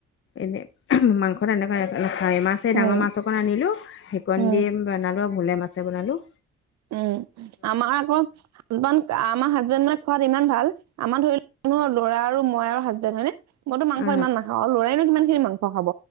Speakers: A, on the left; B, on the right.
A: এনে মাংস এনেকুৱা নাখাওঁ মাছ এই
B: উম
A: ডাঙৰ মাছ অকণ আনিলোঁ সেইকণ
B: উম
A: দি বনালোঁ ভূলে মাছে বনালোঁ
B: উম আমাৰ আকৌ জোনাকণ আমাৰ হাজবেণ্ড মানে খোৱাত ইমান ভাল আমাৰ ধৰি লোৱা ল'ৰা আৰু মই আৰু হাজবেণ্ড হয়নে মইতো মাংস
A: অ
B: ইমান নাখাওঁ আৰু লৰাইনো কিমান খিনি মাংস খাব